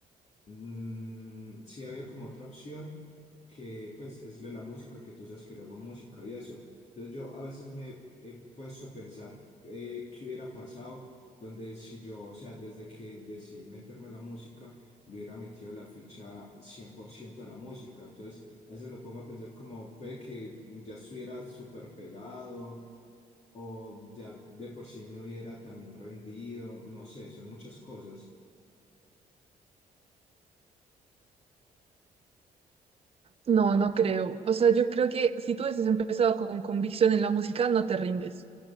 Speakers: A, on the left; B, on the right.
A: mm, sí había como otra opción que pues es lo de la música, que tú sabes que yo hago música y eso. Entonces yo a veces me he puesto a pensar eh, qué hubiera pasado, donde si yo, o sea, desde que decidí meterme a la música, le hubiera metido la ficha 100% a la música. Entonces a veces me pongo a pensar como puede que ya estuviera súper pegado o ya de por sí me hubiera también rendido, no sé, son muchas cosas.
B: No, no creo. O sea, yo creo que si tú hubieses empezado con convicción en la música, no te rindes.